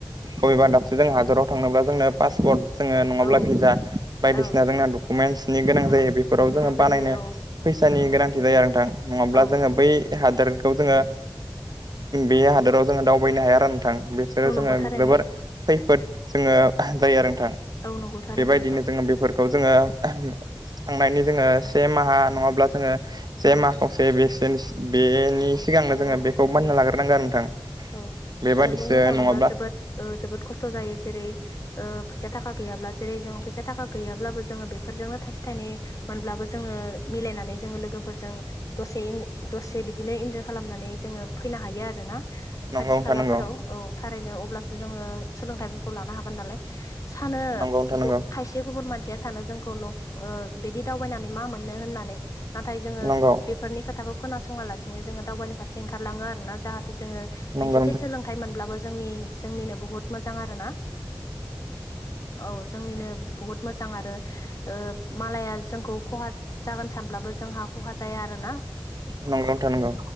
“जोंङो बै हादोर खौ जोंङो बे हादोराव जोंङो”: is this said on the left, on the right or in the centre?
Right